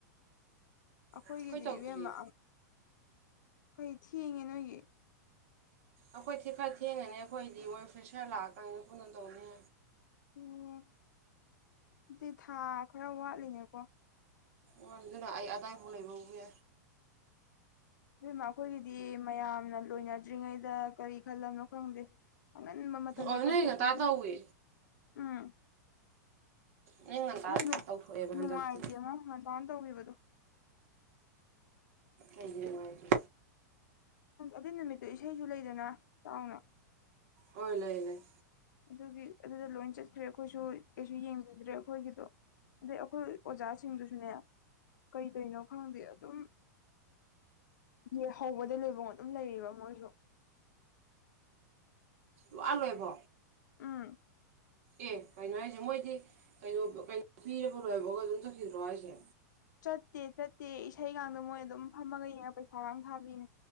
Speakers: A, on the left; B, on the right.
A: ꯑꯩꯈꯣꯏꯒꯤꯗꯤ
B: ꯑꯩꯈꯣꯏ ꯇꯧꯗ꯭ꯔꯤꯌꯦ
A: ꯏꯕꯦꯝꯃ ꯑꯩꯏ ꯊꯦꯡꯉꯦ ꯅꯣꯏꯒꯤ
B: ꯑꯩꯈꯣꯏꯗꯤ ꯈꯔ ꯊꯦꯡꯉꯅꯤ ꯑꯩꯈꯣꯏꯗꯤ ꯃꯣꯏ ꯄ꯭ꯔꯦꯁꯔ ꯂꯥꯛꯑꯀꯅꯤ ꯀꯣꯏꯅ ꯇꯧꯅꯤ
A: ꯑꯣ ꯑꯗꯨꯗꯤ ꯊꯥ ꯈꯔ ꯋꯥꯠꯂꯤꯅꯦꯀꯣ
B: ꯋꯥꯗꯨꯅ ꯑ ꯑꯗꯥ ꯐꯣ ꯂꯩꯕꯕꯨꯏ
A: ꯎ ꯏꯦꯝꯃ ꯑꯩꯈꯣꯏꯒꯤꯗꯤ ꯃꯌꯥꯝꯅ ꯂꯣꯏꯅꯗ꯭ꯔꯤꯉꯩꯗ ꯀꯔꯤ ꯈꯜꯂꯝꯅꯣ ꯈꯪꯗꯦ ꯑꯉꯟꯕ ꯃꯇꯝꯗ
B: ꯑꯣ
A: ꯇꯧꯊꯣꯛꯀ
B: ꯅꯣꯏ ꯉꯟꯇꯥ ꯇꯧꯋꯤ
A: ꯎꯝ
B: ꯅꯣꯏ ꯉꯟꯇꯥ
A: ꯑꯗꯨ
B: ꯇꯧꯊꯣꯛꯑꯦꯕ
A: ꯅꯨꯡꯉꯥꯏꯇꯦ
B: ꯍꯟꯗꯛꯇꯤ
A: ꯑꯃ ꯉꯗꯥꯅ ꯇꯧꯈꯤꯕꯗꯣ
B: ꯑꯩꯗꯤ ꯅꯨꯡꯉꯥꯏꯕꯤ
A: ꯑꯗꯨ ꯅꯨꯃꯤꯠꯇꯣ ꯏꯁꯩꯁꯨ ꯂꯩꯗꯅ ꯆꯥꯎꯅ
B: ꯑꯣ ꯂꯩꯥꯏ ꯂꯩ
A: ꯑꯗꯨꯒꯤ ꯑꯗꯨꯗ ꯂꯣꯏ ꯆꯠꯈ꯭ꯔꯦ ꯑꯩꯈꯣꯏꯁꯨ ꯀꯩꯁꯨ ꯌꯦꯡꯕꯤꯗ꯭ꯔꯦ ꯑꯩꯈꯣꯏꯒꯤꯗꯣ ꯑꯗꯩ ꯑꯩꯈꯣꯏ ꯑꯣꯖꯥꯁꯤꯡꯗꯨꯁꯨꯅꯦ ꯀꯩ ꯀꯩꯅꯣ ꯈꯪꯗꯦ ꯑꯗꯨꯝ ꯌꯦ ꯍꯧꯕꯗꯂꯩ ꯂꯣꯌ ꯐꯥꯎ ꯑꯗꯨꯝ ꯂꯩꯌꯦꯕ ꯃꯣꯏꯁꯨ
B: ꯂ ꯂꯣꯏꯌꯦꯕꯣ
A: ꯑꯥ
B: ꯑꯦ ꯀꯩꯅꯣ ꯍꯥꯏꯁꯦ ꯃꯣꯏꯗꯤ ꯀꯩꯅꯣ ꯀꯩꯅꯣ ꯄꯤꯔꯕ ꯂꯣꯏꯕꯒ ꯑꯗꯨꯝ ꯆꯧꯈꯤꯗ꯭ꯔꯣ ꯍꯥꯏꯁꯦ
A: ꯆꯠꯇꯦ ꯆꯠꯇꯦ ꯏꯁꯩꯒꯗ ꯃꯣꯏ ꯑꯗꯨꯝ ꯐꯝꯃꯒ ꯌꯦꯡꯉ ꯄꯩꯁꯥꯒ ꯊꯥꯕꯤꯅꯦ